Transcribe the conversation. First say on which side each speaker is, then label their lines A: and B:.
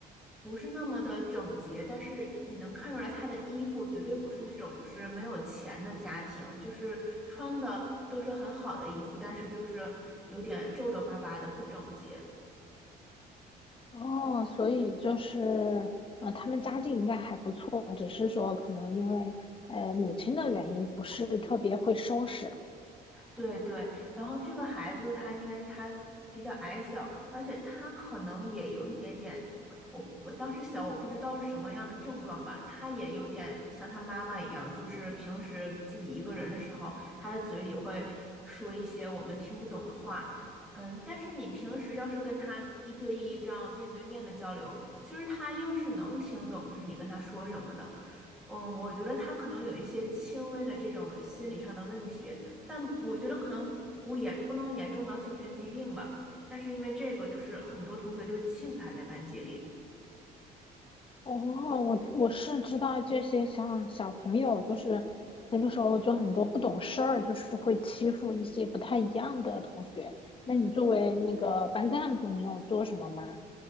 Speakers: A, in the centre; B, on the left.
A: 不是那么的整洁，但是你能看出来他的衣服绝对不是那种就是没有钱的家庭，就是穿的都是很好的衣服，但是就是有点皱皱巴巴的不整洁。
B: 哦，所以就是，呃，他们家境应该还不错，只是说可能因为，呃，母亲的原因不是特别会收拾。
A: 对对，然后这个孩子他因为他比较矮小，而且他可能也有一点点，我我当时小，我不知道是什么样的症状吧，他也有点像他妈妈一样，就是平时自己一个人的时候，他的嘴里会说一些我们听不懂的话，嗯，但是你平时要是跟他一对一这样面对面的交流，其实他又是能听懂，就是你跟他说什么的，嗯，我觉得他可能有一些轻微的这种心理上的问题。但我觉得可能不严不能严重到精神疾病吧，但是因为这个就是很多同学就欺负他在班级里，
B: 哦，我我是知道这些，像小朋友就是那个时候就很多不懂事儿，就是会欺负一些不太一样的同学。那你作为那个班干部，你有做什么吗？